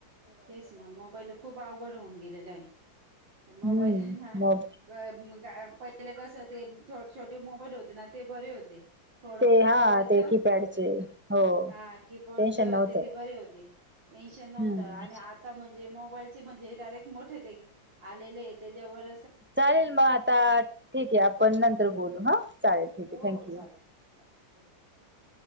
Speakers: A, on the right (about 70°); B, on the right (about 15°).
A: तेच ना मोबाईल खूप अवघड होऊन गेलेला आहे.
B: हम्म
A: मोबाईल आहे ना
B: मग
A: <unintelligible> मग काय पहिले कस ते छोटे मोबाईल होते, ना ते बरे होते. थोडस
B: ते हा
A: बोलायचं
B: ते कीपॅडचे हो
A: ह कीबोर्डचे
B: टेन्शन
A: होते,
B: नव्हतं
A: ते बरे होते. टेन्शन नव्हतं
B: हम्म
A: आणि आता म्हणजे. मोबाईलचे म्हणजे डायरेक्ट मोठे आलेले त्याच्यावर.
B: चालेल मग आता ठीक आहे, आपण नंतर बोलू हा चालेल ठीक
A: हो
B: आहे थँक
A: चालेल
B: यू.
A: चालेल हो <unintelligible>